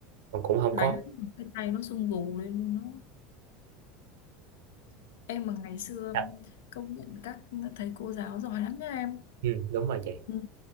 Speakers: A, on the right; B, on the left.
A: mà cũng không
B: đánh
A: có
B: cái tay nó sưng vù lên luôn nó em mà ngày xưa
A: thật
B: công nhận các thầy cô giáo giỏi lắm nha em
A: ừ, đúng rồi chị
B: Ừ.